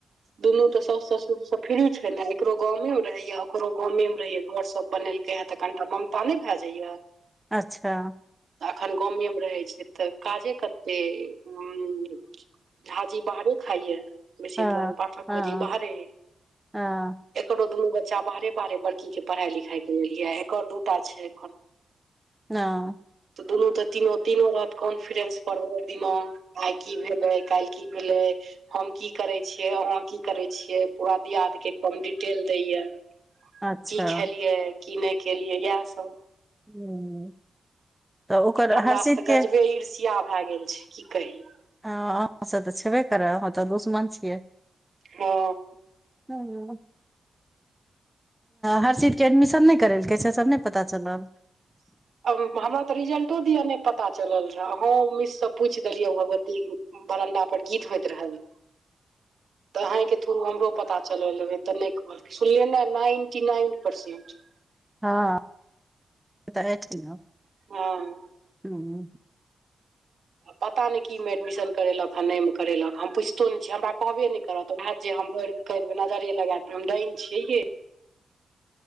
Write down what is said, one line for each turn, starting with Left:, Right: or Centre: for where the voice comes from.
Right: दुनू तऽ साँसु ससुर सँ फ़्री छै ने एकरो गामे मे रहया ओकरो गामे मे रहेया घर सब बनेलके ह तऽ कनटा ओमे पाने भए जाइयो
Centre: अच्छा
Right: एखन गामे रहै छै तऽ काजे कतेक <inaudible> झाजी बाहरे खाइय बेसी
Centre: हँ
Right: तर पाठको
Centre: हँ
Right: जी बाहरे।
Centre: हँ
Right: एकरो दुनू बच्चा बाहरे बाहरे बड़की के पढ़ाई लिखाई के लेल ये एकर दूटा छै
Centre: हाँ। <inaudible>
Right: तऽ दुनू तऽ तीनो तीनो रहत कॉन्फिडेंस भैर दिना आइ की भेलै काल्हि की भेलै हम की करे छिय अहाँ की करे छियै पूरा दियाद के एकदम डिटेल दैय ये
Centre: अच्छा
Right: कि खेलियै कि नहि खेलियै इएहा सब
Centre: हूँ तऽ ओकर
Right: हमरा
Centre: हर्षित
Right: से तऽ गजबे
Centre: के
Right: ईर्षिया भए गेल छै की कही
Centre: हाँ अहाँसे तऽ छेबे करै अहाँ तऽ दुश्मन छियै
Right: हँ
Centre: हूं <inaudible> हर्षित के एडमिशन नहि करेलकै सब नहि पता चलल
Right: ब <inaudible> हमरा तऽ रिजल्टो दिया नहि पता चलल रह अहू मिस से पूछ देलियै भगवती बरनडा पर गीत होयइत रहत तऽ अहें के थ्रू हमरो पता चलल रहेे <unintelligible> ते नहि। सुनलिये ने नैन्टी नाइन परसेंट।
Centre: हाँ <unintelligible> बता छी।
Right: हाँ
Centre: हूं। <inaudible>
Right: पता नहि ने की मे एडमिशन। करेलक आ नहिमे करेलक हम पुछितो नहि छीयै हमरा कहबे नहि करत तऽ भाग जे हम बढ़ कऽ कहि देबै नजरे लगा देब। हम डायन छियै